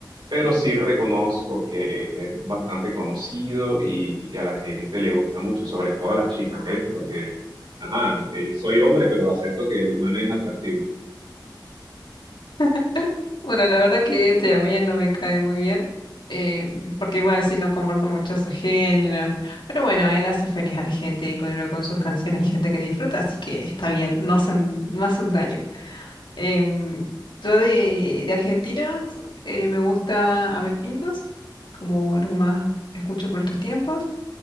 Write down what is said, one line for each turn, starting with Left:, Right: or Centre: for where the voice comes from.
Right: pero sí reconozco que es bastante conocido y, y que a la gente le gusta mucho, sobre todo a las chicas, ¿eh? Porque, ajá, eh, soy hombre, pero acepto que el man es atractivo.
Left: <laughs> Bueno, la verdad que este a mí no me cae muy bien, em, porque igual sí no comparto mucho su género, pero bueno, él hace feliz a la gente y con, con sus canciones hay gente que disfruta, así que está bien, no hacen, no hace un daño. Em, yo de, de Argentina eh, me gusta Abel Pintos, como lo que más escucho por estos tiempos,